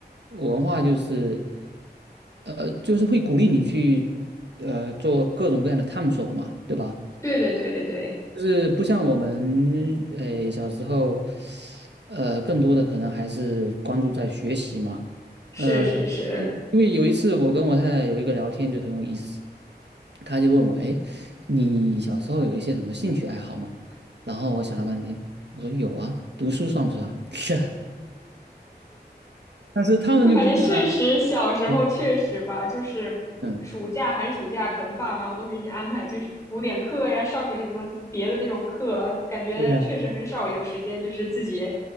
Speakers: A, on the right; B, on the left.
A: 文化就是呃就是会鼓励你去呃做各种各样的探索嘛，对吧？
B: 对对对对对，
A: 就是不像我们诶呃小时候呃更多的可能还是关注在学习嘛。
B: 是是是，
A: 呃，因因为有一次我跟我太太有一个聊天就很有意思，她就问我，哎，你小时候有一些什么兴趣爱好吗？然后我想了半天，我说有啊，读书算不算啊？<laughs> 但是他们就不一样啊。
B: 我感觉确实小时候确实吧，
A: 对，
B: 就是
A: 嗯，
B: 暑假、寒暑假，可能爸爸妈妈都会给你安排，就是补点课呀，上点什么别的那种课，感觉确实很少有时间，
A: 对呀，
B: 就是自己